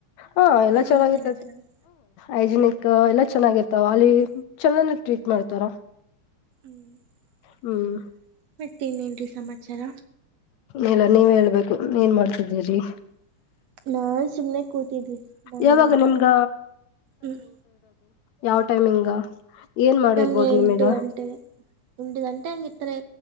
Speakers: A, on the left; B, on the right.
A: ಹಾ ಎಲ್ಲ
B: ರೂಮ್ಸ್
A: ಚೆನ್ನಾಗಿತ್ತು
B: ಚೆನ್ನಾಗಿ
A: ಆಯನ <unintelligible> ಎಲ್ಲ ಚೆನ್ನಾಗಿರ್ತಾವ ಅಲ್ಲಿ ಚನ್ನ ಟ್ರೀಟ್ ಮಾಡ್ತಾರ
B: ಹ್ಮ್ <inaudible> <unintelligible>
A: ಹ್ಮ್
B: ಮತ್ತ ಇನ್ನೇನ್ರಿ ಸಮಾಚಾರ
A: ಇಲ್ಲ ನೀವ್ ಹೇಳ್ಬೇಕು ನೀಏನ್ ಮಾಡ್ತಿದ್ದೀರಿ
B: <inaudible> <unintelligible> ನಾನ್ ಸುಮ್ನೆ ಕೂತಿದ್ನೀ ಮಾರ್ನಿಂಗ್ಇಂದ
A: ಯಾವಾಗ ನಿಮ್ಗ
B: ಹ್ಮ್
A: ಯಾವ್ ಟೈಮಿಂಗ ಏನ್ ಮಾಡಿರ್ಬೋದು
B: ನಮ್ಗೆ ಎಂಟು
A: ನಿಮಗ
B: ಗಂಟೆ ಎಂಟು ಗಂಟೆ ಹಂಗಿರ್ತಾರೆ